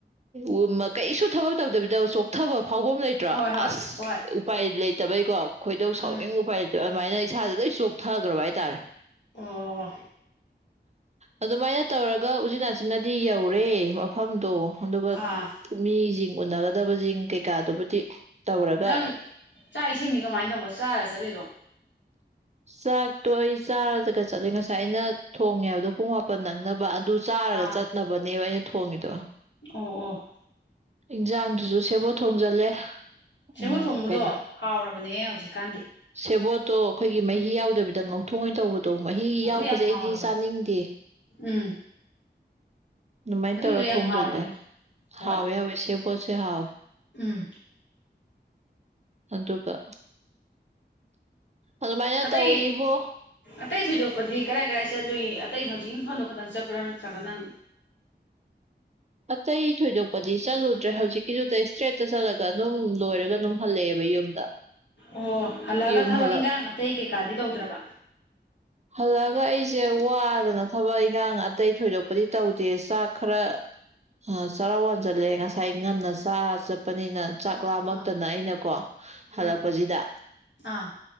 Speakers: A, on the right (about 40°); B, on the left (about 90°).
A: ꯎ ꯀꯩꯁꯨ ꯊꯕꯛ ꯇꯧꯗꯕꯤꯗ ꯆꯣꯛꯊꯕ ꯐꯥꯎꯕ ꯃ ꯂꯩ ꯇ꯭ꯔꯣ
B: ꯍꯣꯏ ꯍꯣꯏ
A: ꯑꯁ
B: ꯍꯣꯏ
A: ꯎꯄꯥꯏ ꯂꯩꯇꯕꯩꯀꯣ ꯈꯣꯏꯗꯧ ꯁꯥꯎꯅꯤꯡꯕ
B: ꯎꯝ
A: ꯎꯄꯥꯏ ꯂꯩꯇ ꯑꯗꯨꯃꯥꯏꯅ ꯏꯁꯥꯗ ꯂ‌ꯣꯏ ꯆꯣꯛꯊꯥꯒ꯭ꯔꯕ ꯍꯥꯏꯇꯥꯥꯔꯦ
B: ꯑꯣ
A: ꯑꯗꯨꯃꯥꯏꯅ ꯇꯧꯔꯒ ꯎꯆꯤꯟ ꯅꯥꯆꯤꯟꯅꯗꯤ ꯌꯧꯔꯦ ꯃꯐꯝꯗꯣ꯫ ꯑꯗꯨꯒ
B: ꯑꯥ
A: ꯃꯤꯖꯤꯡ ꯎꯅꯒꯗꯕꯖꯤꯡ ꯀꯩꯀꯥꯗꯨꯕꯨꯗꯤ ꯇꯧꯔꯒ
B: ꯅꯪ ꯆꯥꯛ ꯏꯁꯤꯡꯗꯤ ꯀꯃꯥꯏꯅ ꯇꯧꯕ ꯆꯥꯔ ꯆꯠꯂꯤꯔꯣ
A: ꯆꯥꯛꯇꯣꯏ ꯑꯩ ꯆꯥꯔꯒ ꯆꯠꯂꯦ ꯉꯁꯥꯏ ꯑꯩꯅ ꯊꯣꯡꯉꯦ ꯍꯥꯏꯕꯗꯣ ꯄꯨꯡ ꯃꯥꯄꯟ ꯅꯪꯅꯕ ꯑꯗꯨ ꯆꯥꯔꯒ
B: ꯑꯥ
A: ꯆꯠꯅꯕꯅꯦꯕ ꯑꯩꯅ ꯊꯣꯡꯉꯤꯗꯣ꯫
B: ꯑꯣ ꯑꯣ
A: ꯏꯟꯖꯥꯡꯗꯨꯖꯨ ꯁꯦꯕꯣꯠ ꯊꯣꯡꯖꯜꯂꯦ
B: ꯁꯦꯡꯕ
A: ꯎꯝ
B: ꯊꯣꯡꯕꯗꯣ
A: ꯀꯩꯅꯣ
B: ꯍꯥꯎꯔꯕꯅꯦ ꯍꯧꯖꯤꯛꯀꯥꯟꯗꯤ
A: ꯁꯦꯕꯣꯠꯇꯣ ꯑꯩꯈꯣꯏꯒꯤ ꯃꯍꯤ ꯌꯥꯎꯗꯕꯤꯗ ꯉꯧꯊꯣꯛꯑꯣ ꯑꯣꯏꯅ ꯇꯧꯕꯗꯣ ꯑꯗꯣ ꯃꯍꯤ
B: ꯑꯗꯨ
A: ꯌꯥꯎꯕꯁꯦ
B: ꯌꯥꯝ
A: ꯑꯩꯗꯤ
B: ꯍꯥꯎꯔꯕꯅꯦ
A: ꯆꯥꯅꯤꯡꯗꯦ
B: ꯎꯝ
A: ꯑꯗꯨꯃꯥꯏꯅ
B: ꯑꯗꯨꯗꯣ
A: ꯇꯧꯔ
B: ꯌꯥꯝ
A: ꯊꯣꯡꯖꯜꯂꯦ
B: ꯍꯥꯎꯔꯕꯅꯦ ꯍꯣꯏ
A: ꯍꯥꯎꯋꯦ ꯍꯥꯎꯋꯦ ꯁꯦ ꯄꯣꯠꯁꯦ ꯍꯥꯎꯋꯦ
B: ꯎꯝ
A: ꯑꯗꯨꯒ ꯑꯗꯨꯃꯥꯏꯅ
B: ꯑꯇꯩ
A: ꯇꯧꯋꯤꯕꯣ꯫
B: ꯑꯇꯩ ꯊꯣꯏꯗꯣꯛꯄꯗꯤ ꯀꯔꯥꯏ ꯀꯔꯥꯏ ꯆꯠꯂꯨꯏ ꯑꯇꯩ ꯍꯧꯖꯤꯛ ꯏꯪꯐꯝꯗꯣ ꯈꯛꯇꯪ ꯆꯠꯄ꯭ꯔꯥ ꯅꯠꯇ꯭ꯔꯒ ꯅꯪ
A: ꯑꯇꯩ ꯊꯣꯏꯗꯣꯛꯄꯗꯤ ꯆꯠꯂꯨꯗ꯭ꯔꯦ ꯍꯧꯖꯤꯛꯀꯤꯗꯨꯗ ꯏꯁꯇ꯭ꯔꯦꯠꯇ ꯆꯠꯂꯒ ꯑꯗꯨꯝ ꯂꯣꯏꯔꯒ ꯑꯗꯨꯝ ꯍꯜꯂꯛꯑꯦꯕ ꯌꯨꯝꯗ
B: ꯑꯣ ꯍꯜꯂꯛꯑꯒ
A: ꯌꯨꯝ
B: ꯊꯕꯛ
A: ꯍꯜꯂꯛ
B: ꯏꯟꯈꯥꯡ ꯑꯇꯩ ꯀꯩꯀꯥꯗꯤ ꯇꯧꯗ꯭ꯔꯕ
A: ꯍꯜꯂꯛꯑꯒ ꯑꯩꯁꯦ ꯋꯥꯗꯅ ꯊꯕꯛ ꯏꯉꯥꯡ ꯑꯇꯩ ꯊꯣꯏꯗꯣꯛꯄꯗꯤ ꯇꯧꯗꯦ ꯆꯥꯛ ꯈꯔ ꯑ ꯆꯔꯥꯛ ꯋꯥꯟ ꯆꯠꯂꯦ ꯉꯁꯥꯏ ꯉꯟꯅ ꯆꯥ ꯆꯠꯄꯅꯤꯅ ꯆꯥꯛ ꯂꯥꯃꯛꯇꯅ
B: ꯑꯥ
A: ꯑꯩꯅꯀꯣ ꯍꯜꯂꯛꯄꯁꯤꯗ
B: ꯎꯝ ꯑꯥ